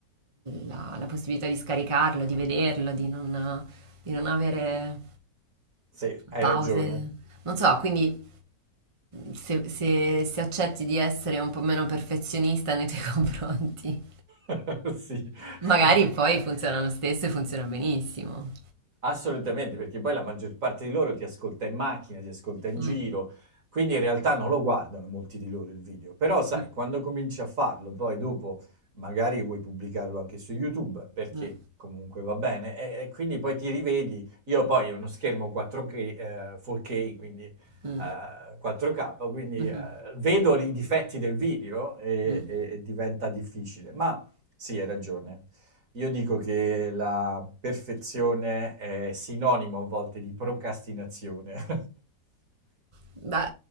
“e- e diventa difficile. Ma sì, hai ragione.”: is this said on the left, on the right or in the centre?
Right